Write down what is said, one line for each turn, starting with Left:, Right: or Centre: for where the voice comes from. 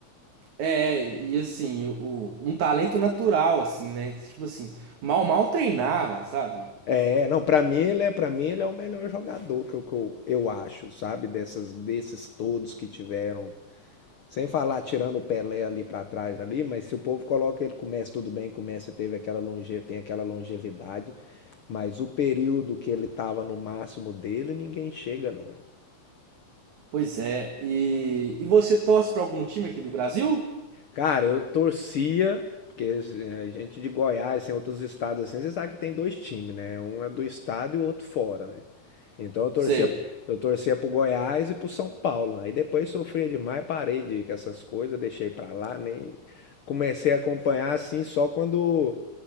Right: É, e assim, o, um talento natural, assim, né? Tipo assim, mal mal treinava, sabe?
Left: É, não, pra mim ele é, para mim ele é o melhor jogador que eu, que eu, eu acho, sabe? Dessas, desses todos que tiveram Sem falar tirando o Pelé ali para trás ali, mas se o povo coloca ele começa tudo bem, começa e teve aquela longe, tem aquela longevidade, mas o período que ele tava no máximo dele, ninguém chega não.
Right: Pois é, e, e você torce para algum time aqui do Brasil?
Left: Cara, eu torcia porque a gente de Goiás, em outros estados assim, você sabe que tem dois times, né? Um é do estado e o outro fora, né? Então eu torcia,
Right: Sei.
Left: eu torcia pro Goiás e pro São Paulo. né? Aí depois sofria demais, parei de ir com essas coisas, deixei pra lá, nem comecei a acompanhar assim só quando